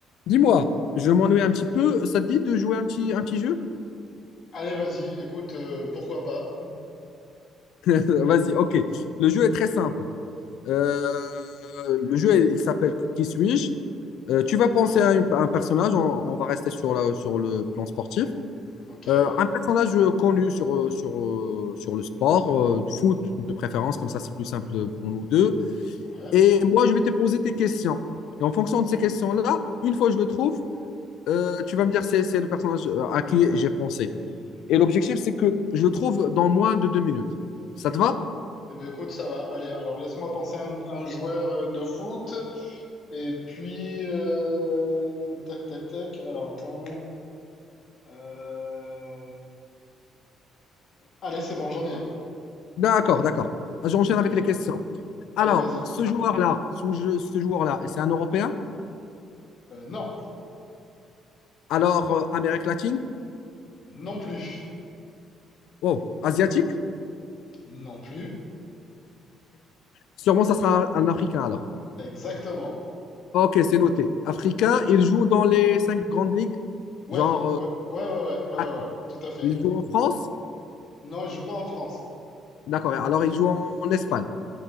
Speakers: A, on the left; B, on the left.
A: Dis-moi, je m'ennuie un petit peu. Ça te dit de jouer un petit, un petit jeu?
B: Allez, vas-y, écoute, euh, pourquoi pas?
A: <laughs> Vas-y, ok. Le jeu est très simple. Euh, le jeu, il il s'appelle Qui suis-je? Euh,
B: Ouais,
A: tu vas penser à, une- à un personnage. On, on va rester sur, la- sur le plan sportif.
B: ok,
A: Euh, un personnage connu sur, euh, sur, euh, sur le sport, euh, du foot de préférence, comme ça c'est plus simple pour nous deux.
B: ouais.
A: Et moi, je vais te poser tes questions. Et en fonction de ces questions-là, une fois que je le trouve, euh, tu vas me dire c'est c'est le personnage à qui j'ai pensé. Et l'objectif, c'est que je le trouve dans moins de deux minutes. Ça te va?
B: Eh ben, écoute, ça va. Allez, alors laisse-moi penser à un, un joueur euh, de foot. Et puis, euh, tac, tac, tac. Alors, attends. Euh, Allez, c'est bon, j'en ai un.
A: D'accord, d'accord. J'enchaîne avec
B: Super.
A: les questions.
B: Allez,
A: Alors,
B: vas-y.
A: ce joueur-là, ce, ce joueur-là, c'est un Européen?
B: Euh, non,
A: Alors, euh, Amérique latine?
B: non plus.
A: Oh, Asiatique?
B: Non plus.
A: Sûrement, ça sera un, un Africain alors.
B: Exactement.
A: Ok, c'est noté. Africain, il joue dans les cinq grandes ligues.
B: Ouais,
A: Genre,
B: ouais,
A: euh,
B: ouais, ouais, ouais, ouais, ouais,
A: ah,
B: ouais, tout à fait.
A: il joue en France?
B: Non, il joue pas en France.
A: D'accord. Alors, il joue en Espagne.